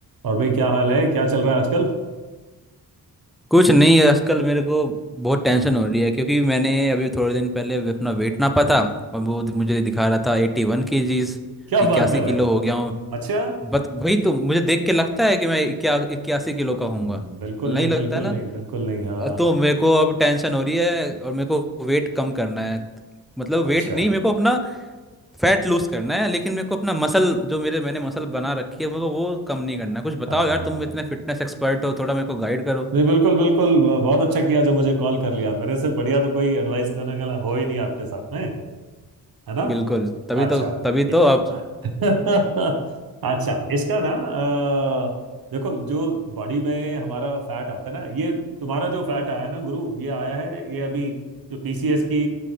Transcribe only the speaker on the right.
और भाई क्या हाल है क्या चल रहा है आजकल
क्या
बात कर
रहे हो
अच्छा
हम्म, बिल्कुल
नहीं
बिल्कुल
नहीं बिल्कुल नहीं हाँ
अच्छा
हाँ
नहीं बिल्कुल बिल्कुल ब- बहुत अच्छा किया जो मुझे कॉल कर लिया मेरे से बढ़िया तो कोई एडवाइस करने वाला हो ही नहीं आपके साथ में है ना
अच्छा
ए-
<laughs> अच्छा इसका ना अ, देखो जो बॉडी में हमारा फैट आता है ना ये तुम्हारा जो फैट आया है ना गुरु ये आया है ये अभी जो पीसीएस की